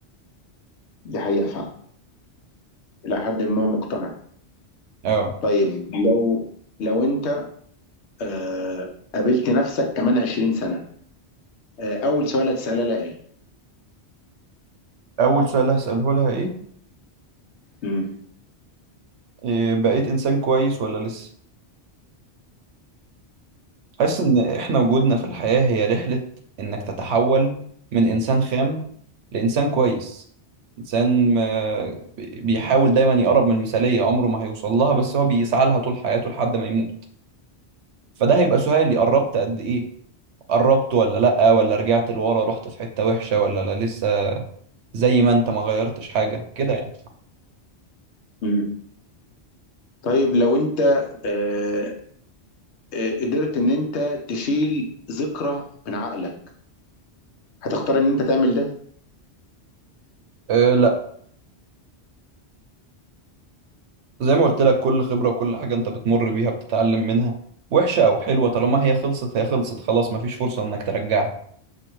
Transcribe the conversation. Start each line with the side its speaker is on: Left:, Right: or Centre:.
Left: دي حقيقة فعلا إلى حد ما مقتنع
Right: اه
Left: طيب لو لو أنت آه قابلت نفسك كمان 20 سنة آه أول سؤال هتسألها لها إيه؟
Right: اول سؤال هسأله لها ايه
Left: امم
Right: إيه، بقيت انسان كويس ولا لسه حاسس ان احنا وجودنا في الحياة هي رحلة انك تتحول من انسان خام لانسان كويس انسان آه، بي- بيحاول دايما يقرب من المثالية عمره ما هيوصل لها بس هو بيسعى لها طول حياته لحد ما يموت فده هيبقى سؤالي قربت قد ايه قربت ولا لأ ولا رجعت لورا رحت في حتة وحشة ولا لا لسه زي ما انت ما غيرتش حاجة كده يعني
Left: امم طيب لو انت آه، آه، قدرت ان انت تشيل ذكرى من عقلك هتختار ان انت تعمل ده
Right: أه لا زي ما قلت لك كل خبرة وكل حاجة انت بتمر بيها بتتعلم منها وحشة او حلوة طالما هي خلصت هي خلصت خلاص مفيش فرصة انك ترجعها